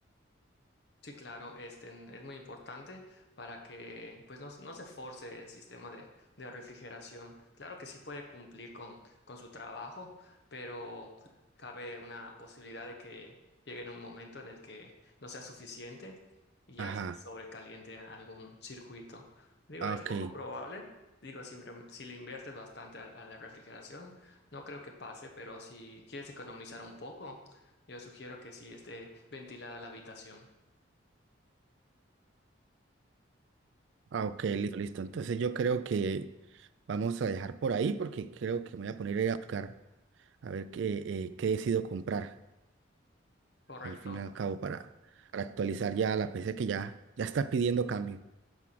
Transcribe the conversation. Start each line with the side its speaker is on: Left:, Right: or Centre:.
Left: Sí, claro, este n- es muy importante para que pues no, s- no se force el sistema de, de refrigeración. Claro que sí puede cumplir con, con su trabajo, pero cabe una posibilidad de que llegue en un momento en el que no sea suficiente y ya
Right: Ajá,
Left: se sobrecaliente a algún circuito. Digo,
Right: ah,
Left: es
Right: ok,
Left: poco probable. Digo, si, re- si le inviertes bastante a, a la refrigeración, no creo que pase, pero si quieres economizar un poco, yo sugiero que sí esté ventilada la habitación.
Right: ah, ok, listo, listo. Entonces yo creo que vamos a dejar por ahí porque creo que me voy a poner a ir a buscar a ver qué, eh, qué decido comprar.
Left: Correcto.
Right: al fin y al cabo, para, para actualizar ya la PC que ya, ya está pidiendo cambio.